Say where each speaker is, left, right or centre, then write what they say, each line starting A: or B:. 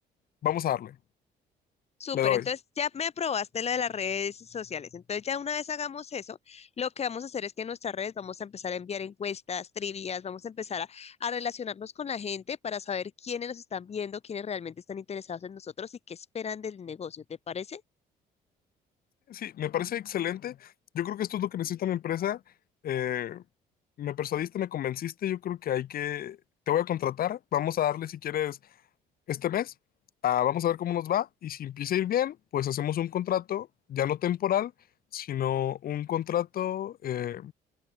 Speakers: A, on the left; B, on the left.
A: Vamos a darle,
B: Súper,
A: le doy.
B: entonces ya me aprobaste lo de las redes sociales. Entonces ya una vez hagamos eso, lo que vamos a hacer es que en nuestras redes vamos a empezar a enviar encuestas, trivias, vamos a empezar a, a relacionarnos con la gente para saber quiénes nos están viendo, quiénes realmente están interesados en nosotros y qué esperan del negocio. ¿Te parece?
A: Sí, me parece excelente. Yo creo que esto es lo que necesita mi empresa. Eh, me persuadiste, me convenciste, yo creo que hay que, te voy a contratar, vamos a darle si quieres este mes, Ah, vamos a ver cómo nos va y si empieza a ir bien, pues hacemos un contrato, ya no temporal, sino un contrato eh,